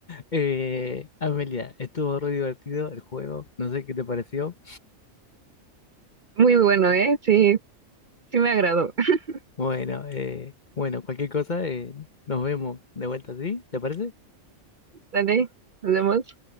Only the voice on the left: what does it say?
Eh, Amelia, estuvo re divertido el juego. No sé qué te pareció.
Bueno, eh, bueno, cualquier cosa, eh, nos vemos de vuelta, ¿sí? ¿Te parece?